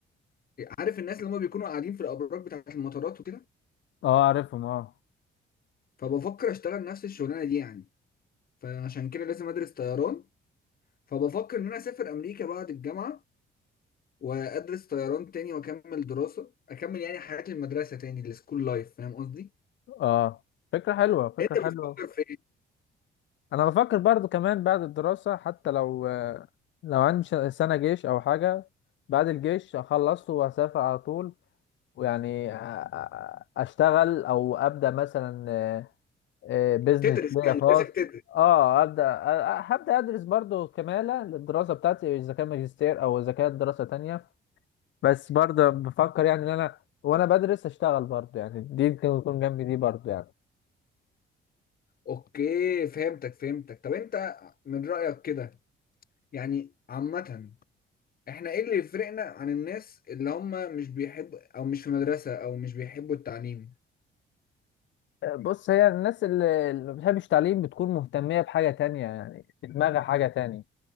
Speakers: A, on the left (about 50°); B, on the left (about 70°).
A: عارف الناس اللي هم بيكونوا قاعدين في الابراج بتاعه المطارات وكده
B: اه عارفهم اه
A: فبفكر اشتغل نفس الشغلانه دي يعني فعشان كده لازم ادرس طيران فبفكر ان انا اسافر امريكا بعد الجامعه وادرس طيران تاني واكمل دراسه اكمل يعني حياه المدرسه تاني السكول لايف فاهم قصدي
B: اه فكرة حلوة فكرة
A: انت
B: حلوة
A: بتفكر في ايه
B: انا بفكر برضو كمان بعد الدراسة حتى لو آه، لو عندي ش- سنة جيش او حاجة بعد الجيش اخلصه وهسافر على طول ويعني أ- أ- اشتغل او ابدا مثلا بزنس
A: تدرس
B: ليا
A: يعني
B: خاص
A: لازم تدرس
B: اه ابدا أ- أ- هبدا ادرس برضو كماله للدراسه بتاعتي اذا كان ماجستير او اذا كانت دراسه تانية بس برضه بفكر يعني ان انا وانا بدرس اشتغل برضه يعني دي ممكن تكون جنبي دي برضه يعني
A: اوكي فهمتك فهمتك طب انت من رأيك كده يعني عامة احنا ايه اللي يفرقنا عن الناس اللي هم مش بيحبوا او مش في مدرسة او مش بيحبوا التعليم
B: أه، بص هي الناس اللي اللي ما بتحبش التعليم بتكون مهتمية بحاجة تانية يعني في دماغها حاجة تانية